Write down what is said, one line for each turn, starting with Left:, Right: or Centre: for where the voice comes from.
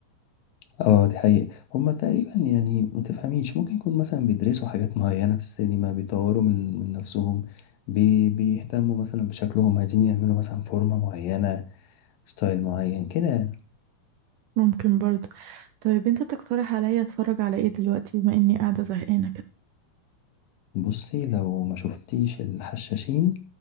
Left: اه دي حقيقة هما تقريبا يعني متفهميش ممكن يكون مثلا بيدرسوا حاجات معينة في السينما بيطوروا من, من نفسهم بي بيهتموا مثلا بشكلهم عايزين يعملوا مثلا فورمة معينة ستايل معين كده يعني.
Right: ممكن برضو طيب انت تقترح عليا اتفرج على ايه دلوقتي بما اني قاعده زهقانه كده
Left: بصي لو ما شفتيش الحشاشين